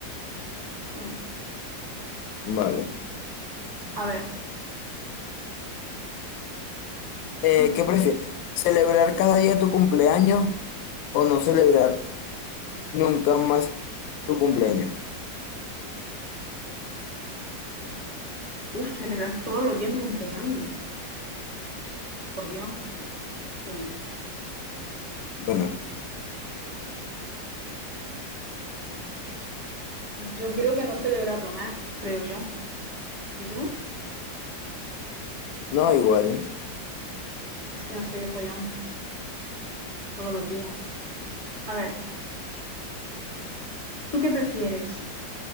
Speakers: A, on the right; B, on the left.
A: Sí.
B: Vale.
A: A ver.
B: Eh,
A: Ujú.
B: ¿qué prefieres? ¿Celebrar cada día tu cumpleaños o no celebrar nunca más tu cumpleaños?
A: Uf, celebrar todos los días mi cumpleaños. Por Dios. Sí.
B: Bueno,
A: Yo creo que no celebrarlo más, creo yo. ¿Y tú?
B: no igual.
A: Es que no sé qué follón. Todos los días. A ver, ¿tú qué prefieres?